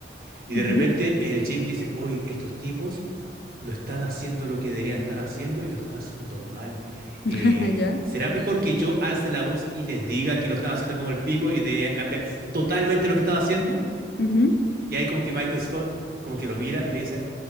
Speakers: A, on the right; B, on the left.
A: Y
B: ujú,
A: de repente el Jim dice, oye, estos tipos no están haciendo lo que deberían estar haciendo y lo están haciendo mal.
B: <laughs>
A: Eh,
B: ya.
A: ¿será mejor que yo alce la voz y les diga que lo están haciendo como el pico y deberían cambiar totalmente lo que están haciendo?
B: ujú.
A: Y ahí como que Michael Scott como que lo mira y le dice,